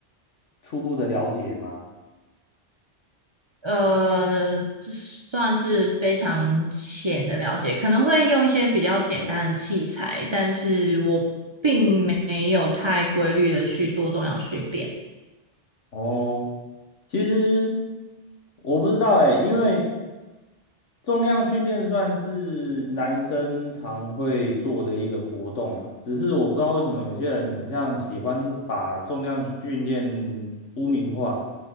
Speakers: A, on the left; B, on the right.
A: 初步的了解吗？
B: 呃，这算是非常浅的了解，可能会用一些比较简单的器材，但是我并没有太规律的去做重量训练。
A: 哦。其实我不知道哎，因为重量训练算是男生常会做的一个活动啊，只是我不知道为什么有些人很像喜欢把重量训练污名化。